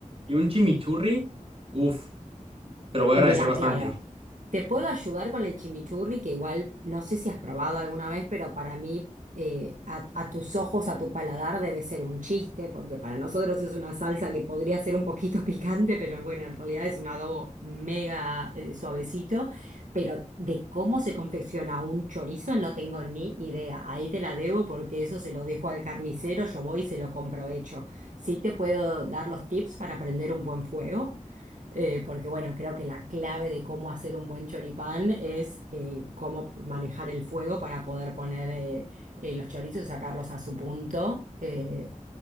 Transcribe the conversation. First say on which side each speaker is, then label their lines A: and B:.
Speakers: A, on the right (about 45°); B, on the right (about 70°).
A: y un chimichurri, uff, te lo voy
B: Mira,
A: a agradecer bastante.
B: claro, te puedo ayudar con el chimichurri, que igual no sé si has probado alguna vez, pero para mí, eh, a, a tus ojos, a tu paladar, debe ser un chiste, porque para nosotros es una salsa que podría ser un poquito <laughs> picante, pero bueno, en realidad es un adobo mega, eh, suavecito. Pero de cómo se confecciona un chorizo no tengo ni idea. Ahí te la debo porque eso se lo dejo al carnicero, yo voy y se lo compro hecho. Sí te puedo dar los tips para prender un buen fuego. Eh, porque bueno, creo que la clave de cómo hacer un buen choripán es eh, cómo manejar el fuego para poder poner eh, eh, los chorizos, sacarlos a su punto. eh,